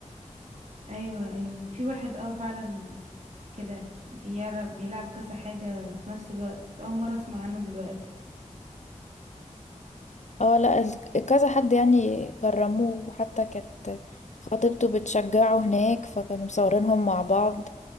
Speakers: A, on the right; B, on the left.
A: ايوه ايوه في واحد اه فعلا كده بيعرف بيلعب كذا حاجة في نفس الوقت أول مرة أسمع عنه دلوقتي
B: اه لا ال- كذا حد يعني كرموه وحتى كانت خطيبته بتشجعه هناك فكانوا مصورينهم مع بعض